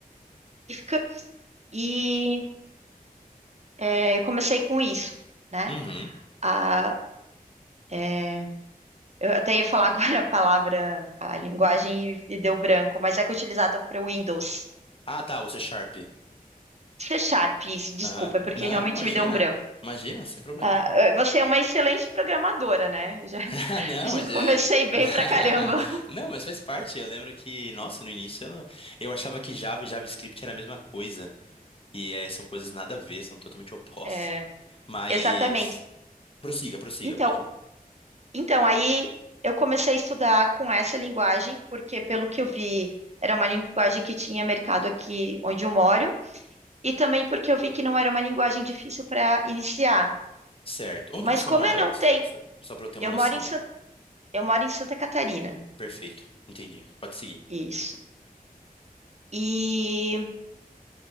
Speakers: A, on the right; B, on the left.
A: programística, e é, eu comecei com isso, né?
B: Uhum.
A: A, é, eu até ia falar <laughs> agora a palavra, a linguagem e, e deu branco, mas é que é utilizada para o Windows.
B: Ah, tá, o C Sharp.
A: C Sharp, isso, desculpa,
B: Aham.
A: é porque
B: Não,
A: realmente
B: imagina.
A: me deu um branco.
B: Imagina, sem problema.
A: Ah, você é uma excelente programadora, né? Já, <laughs>
B: <laughs> Ah, não,
A: já
B: mas é.
A: comecei bem
B: <laughs>
A: pra caramba.
B: Não, mas faz parte. Eu lembro que, nossa, no início eu, não- eu achava que Java e JavaScript era a mesma coisa. E é, são coisas nada a ver, são totalmente <laughs> opostas.
A: É,
B: Mas.
A: exatamente.
B: Prossiga, prossiga,
A: Então,
B: pode ir.
A: Então, aí eu comecei a estudar com essa linguagem, porque pelo que eu vi, era uma linguagem que tinha mercado aqui onde eu moro, e também porque eu vi que não era uma linguagem difícil para iniciar.
B: Certo. Onde
A: Mas
B: você
A: como
B: mora?
A: eu não tenho,
B: Só, só pra eu ter
A: eu
B: uma noção.
A: moro em Santa, eu moro em Santa Catarina,
B: Perfeito. Entendi. Pode seguir.
A: isso. E